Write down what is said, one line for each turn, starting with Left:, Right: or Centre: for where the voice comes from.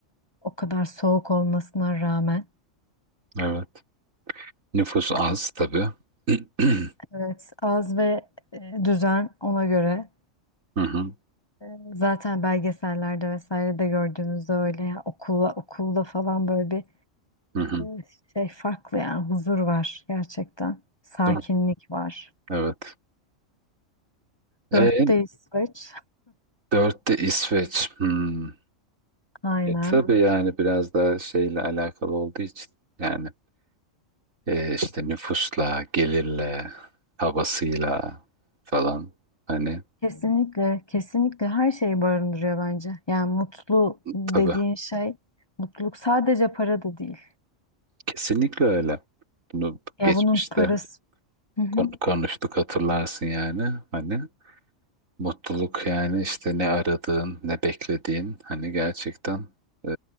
Left: O kadar soğuk olmasına rağmen.
Right: Evet. Nüfus az tabii. <clears throat>
Left: Evet, az ve e, düzen ona göre.
Right: Hı hı.
Left: E, Zaten belgesellerde vesaire de gördüğümüzde öyle ya okula okulda falan böyle bir
Right: Hı hı.
Left: e, şey farklı yani huzur var gerçekten. Sakinlik
Right: Değil mi?
Left: var.
Right: Evet. E,
Left: Dörtte İsveç.
Right: dörtte İsveç. Hmm.
Left: <laughs> Aynen.
Right: E, tabii yani biraz daha şeyle alakalı olduğu için yani e, işte nüfusla, gelirle, havasıyla falan hani
Left: Kesinlikle, kesinlikle her şeyi barındırıyor bence. Yani mutlu dediğin
Right: tabii.
Left: şey, mutluluk sadece para da değil.
Right: Kesinlikle öyle. Bunu
Left: Ya
Right: geçmişte
Left: bunun parası, hı hı,
Right: kon- konuştuk hatırlarsın yani. Hani mutluluk yani işte ne aradığın, ne beklediğin hani gerçekten e,